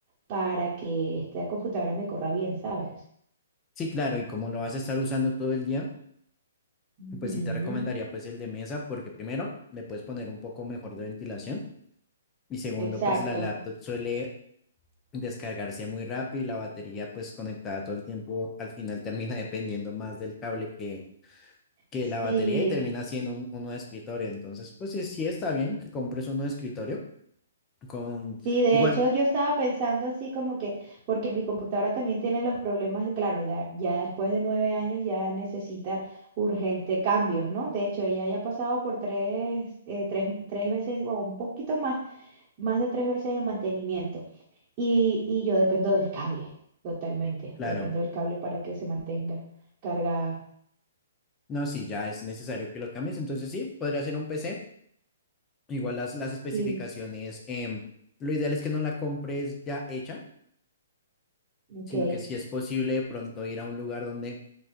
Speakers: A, on the right (about 30°); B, on the left (about 20°).
A: para que esta computadora me corra bien, ¿sabes?
B: Sí, claro, y como lo vas a estar usando todo el día,
A: Ujú,
B: pues sí te recomendaría pues el de mesa porque primero le puedes poner un poco mejor de ventilación y segundo
A: Exacto.
B: pues la laptop suele descargarse muy rápido y la batería pues conectada todo el tiempo al final termina <laughs> dependiendo más del cable que, que
A: Sí.
B: la batería y termina siendo un, uno de escritorio. Entonces pues sí, sí está bien que compres uno de escritorio con
A: Sí, de
B: igual,
A: hecho yo estaba pensando así como que, porque mi computadora también tiene los problemas, de- claro, la- ya después de nueve años ya necesita urgente cambios, ¿no? De hecho, ella ya ha pasado por tres, eh, tres, tres veces o un poquito más, más de tres veces de mantenimiento. Y, y yo dependo del cable, totalmente,
B: claro,
A: dependo del cable para que se mantenga cargada.
B: no, si ya es necesario que lo cambies, entonces sí, podría ser un PC. Igual las, las especificaciones,
A: Sí,
B: em, lo ideal es que no la compres ya hecha,
A: ok.
B: sino que si es posible de pronto ir a un lugar donde